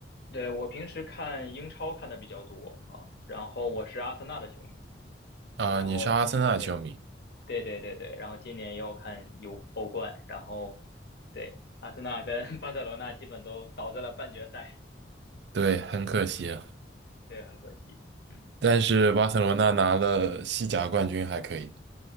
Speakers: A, on the left; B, on the right.
A: 对，我平时看英超看的比较多啊，然后我是阿森纳的球迷啊，
B: 啊、
A: 然后今，
B: 你是阿森纳的球迷，
A: 对，对对对对，然后今年也有看有欧冠，然后对阿森纳跟 <laughs> 巴塞罗那基本都倒在了半决赛，
B: 对，很可惜啊。
A: 对，很可惜。嗯，
B: 但是巴塞罗那拿了西甲冠军，还可以。